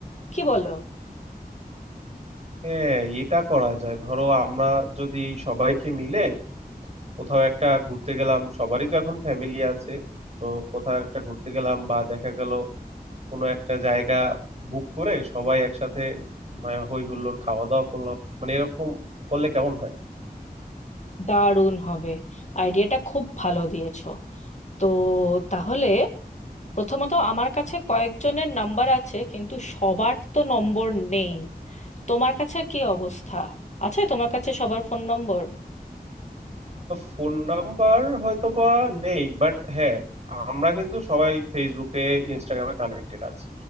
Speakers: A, on the left; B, on the right.
A: কি বলো
B: হ্যাঁ এটা করা যায় ধরো আমরা যদি সবাইকে মিলে কোথাও একটা ঘুরতে গেলাম সবারই তো এখন ফ্যামিলি আছে তো কোথাও একটা ঘুরতে গেলাম বা দেখা গেল কোনো একটা জায়গা বুক করে সবাই একসাথে আহ, হই হুল্লোড় খাওয়া দাওয়া করলাম মানে এরকম করলে কেমন হয়
A: দারুণ হবে আইডিয়াটা খুব ভালো দিয়েছো তো তাহলে প্রথমত আমার কাছে কয়েকজনের নাম্বার আছে কিন্তু সবার তো নম্বর নেই তোমার কাছে কি অবস্থা আছে তোমার কাছে সবার ফোন নম্বর
B: ফোন নাম্বার হয়তোবা নেই বাট হ্যাঁ আমরা কিন্তু সবাই ফেসবুকে ইনস্টাগ্রামে কানেক্টেড আছি